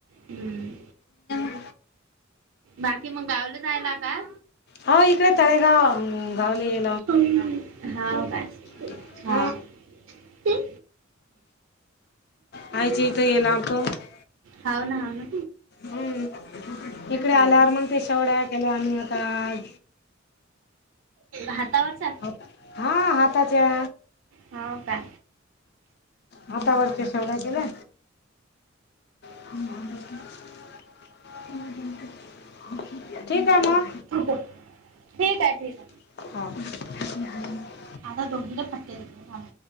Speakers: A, on the right; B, on the left.
A: हम्म.
B: <unintelligible>
A: बाकी मग गावाला जायला का?
B: हो इकडे तळेगाव हम्म गावला
A: तुम होऊ काय.
B: <unintelligible>
A: हो ते
B: आईच्या इथ <unintelligible>
A: होऊ ना होऊ ना
B: हम्म इकडे आल्यावर मंग त्या शेवड्या केल्या आम्ही आता आज
A: हातावरचा
B: <unintelligible> हा हाताच्या
A: होऊ का
B: हातावरच्या शेवगा केल्या. <unintelligible> <unintelligible> ठीक आहे म,
A: <unintelligible> ठीक आहे ठीक.
B: <unintelligible>
A: आता दोघींना फटके देते मी थांबा.